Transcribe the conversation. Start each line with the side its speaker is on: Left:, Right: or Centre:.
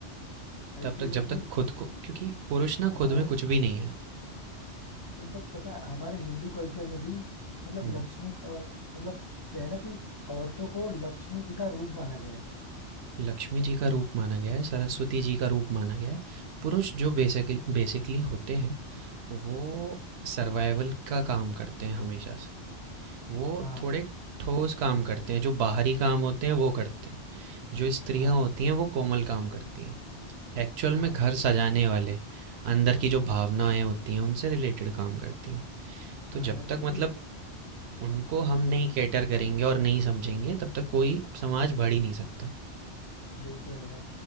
Right: तब
Left: अल्टीमेटली
Right: तक जब तक खुद को क्योंकि पुरुष ना
Left: हमारे
Right: खुद में कुछ भी नहीं है
Left: इनफैक्ट पता है हमारे हिंदू कल्चर में भी मतलब
Right: हम्म
Left: लक्ष्मी अ, मतलब क्या है ना कि औरतों को लक्ष्मी जी का रूप माना गया है
Right: लक्ष्मी जी का रूप माना गया है सरस्वती जी का रूप माना गया है पुरुष जो बेसिकली बेसिकली होते हैं वो सर्वाइवल का काम करते हैं हमेशा से वो
Left: हाँ
Right: थोड़े ठोस काम करते हैं जो बाहरी काम होते हैं वो करते हैं जो स्त्रियां
Left: हाँ
Right: होती हैं वो कोमल काम करती हैं एक्चुअल
Left: हाँ
Right: में घर सजाने वाले अंदर की जो भावनाएं होती हैं उनसे रिलेटेड काम करती हैं तो
Left: हाँ
Right: जब
Left: यार
Right: तक
Left: क्योंकि
Right: मतलब उनको हम नहीं कैटर करेंगे और नहीं समझेंगे तब तक कोई समाज बढ़ ही नहीं सकता
Left: ये तो है